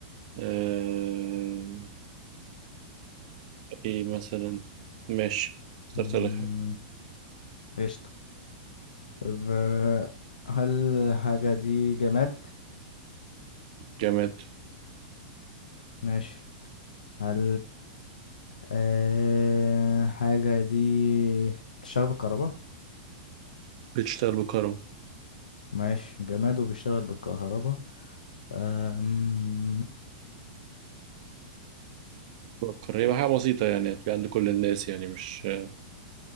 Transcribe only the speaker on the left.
مم،
قشطة طب، آه، هل الحاجة دي جماد؟
ماشي هل آه حاجة دي بتشتغل بالكهرباء؟
ماشي جماد وبيشتغل بالكهرباء آم،